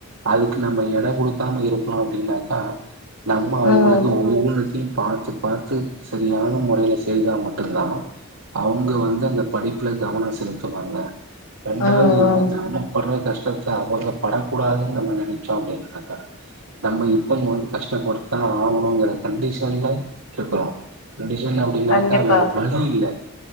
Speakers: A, on the right (about 90°); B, on the left (about 85°).
A: அதுக்கு நம்ம எடம் குடுக்காம இருக்கணும் அப்டின்னாக்கா நம்ம அவங்களுக்கு
B: ம் ம்
A: ஒவ்வொன்னுத்தையு பாத்து பார்த்து சரியான முறையில செய்தா மட்டும்தான் அவங்க வந்து அந்த படிப்ல கவனொ செலுத்துவாங்க ரெண்டாவது
B: ம்
A: வந்து நம்ம பட்ற கஷ்டத் அவங்க படக்கூடாதுன்னு நம்ம நினைச்சோம் அப்டின்னாக்க நம்ம இப்பங்க வந்து கஷ்டப்பட்டு தா ஆகணுங்கிற கண்டிஷன்ல இருக்குறோ. கண்டிஷன் அப்டின்னாக்கா
B: கண்டிப்பா
A: வேற வழி இல்ல.